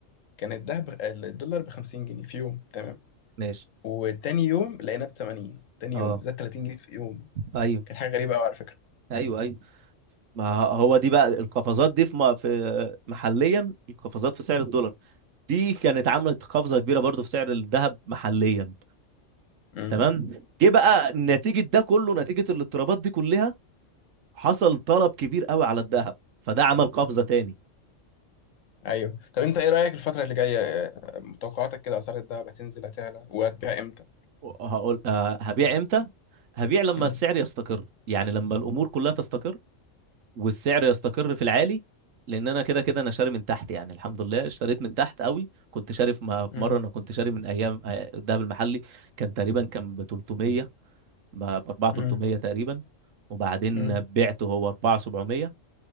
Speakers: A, on the left; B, on the right.
A: كان الدهب الدولار ب 50 جنيه في يوم تمام
B: ماشي
A: وتاني يوم لقيناه ب 80 تاني
B: اه
A: يوم زاد 30 جنيه في يوم
B: ايوه
A: كانت حاجه غريبه قوي على فكره
B: ايوه ايوه ما هو دي بقى القفزات دي في م- في محليا القفزات في سعر الدولار دي كانت عملت قفزة كبيرة برضو في سعر الذهب محليا
A: امم
B: تمام جه بقى نتيجه ده كله نتيجه الاضطرابات دي كلها حصل طلب كبير قوي على الذهب فده عمل قفزه تاني
A: ايوه طب انت ايه رايك الفتره اللي جايه آه، متوقعاتك كده اسعار الدهب هتنزل هتعلى وهتبيع امتى
B: هقول أه هبيع امتى هبيع لما
A: امم
B: السعر يستقر يعني لما الامور كلها تستقر والسعر يستقر في العالي لان انا كده كده انا شاري من تحت يعني الحمد لله اشتريت من تحت قوي كنت شاري في م- في
A: امم
B: مره انا كنت شاري من ايام آه، الذهب المحلي كان تقريبا كان ب 300 ب 4 300
A: امم
B: تقريبا وبعدين
A: امم
B: بعته هو 4 700